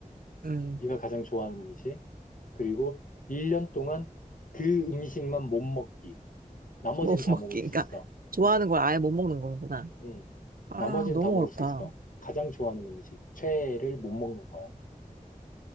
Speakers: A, on the right; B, on the left.
A: 음.
B: 네가 가장 좋아하는 음식. 그리고 1년 동안 그 음식만 못 먹기. 나머지는
A: 못 <laughs>
B: 다
A: 먹기.
B: 먹을 수
A: 그러니까,
B: 있어.
A: 좋아하는
B: 어,
A: 걸 아예 못 먹는 거구나.
B: 음.
A: 아,
B: 나머지는
A: 너무
B: 다 먹을
A: 어렵다.
B: 수 있어. 가장 좋아하는 음식, 최애를 못 먹는 거야.